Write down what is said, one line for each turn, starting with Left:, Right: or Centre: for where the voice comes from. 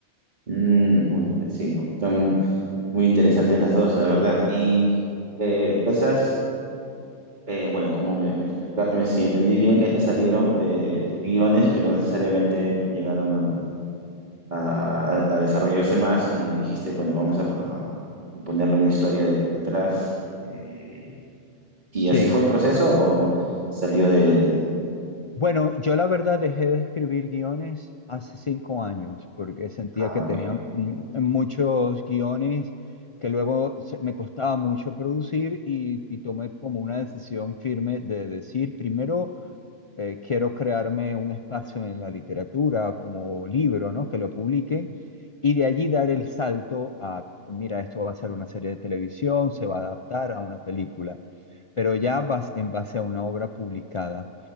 Right: mm, uy, sí, están Muy interesantes las dos, la verdad. Y eh, esas, eh, bueno, como me, me explica, me- si entendí bien, esas salieron de tus guiones que no necesariamente llegaron a, a- a desarrollarse más y dijiste, bueno, vamos a, a ponerle una historia de- detrás. Eh, ¿y
Left: Sí,
Right: así fue el proceso o salió de... de-
Left: Bueno, yo la verdad dejé de escribir guiones hace cinco años porque sentía
Right: ah,
Left: que
Right: ok,
Left: tenía mm, muchos guiones que luego se- me costaba mucho producir y, y tomé como una decisión firme de decir, primero eh, quiero crearme un espacio en la literatura como libro, ¿no? Que lo publiquen y de allí dar el salto a, mira, esto va a ser una serie de televisión, se va a adaptar a una película, pero ya vas en base a una obra publicada.